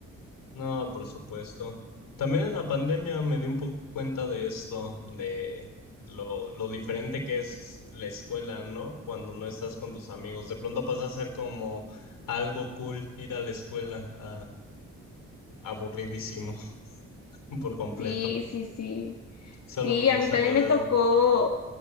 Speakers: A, on the left; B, on the left.
A: no, por supuesto. También en la pandemia me di un poco cuenta de esto, de lo, lo diferente que es la escuela, ¿no? Cuando no estás con tus amigos. De pronto pasa a ser como algo cool ir a la escuela, a- aburridísimo <laughs> por completo,
B: Sí, sí, sí.
A: solo
B: Sí,
A: por no
B: a
A: estar
B: mí también
A: rodeado.
B: me tocó,